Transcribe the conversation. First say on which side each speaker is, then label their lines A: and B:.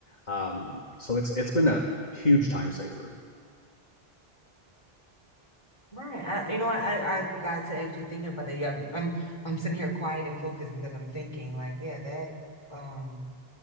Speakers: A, on the left; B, on the left.
A: Um, so it's it's been a huge time saver.
B: Right. I, you know, what, I I got to actually thinking about that. Yeah, I'm I'm I'm sitting here quiet and focused because I'm thinking like, yeah, that um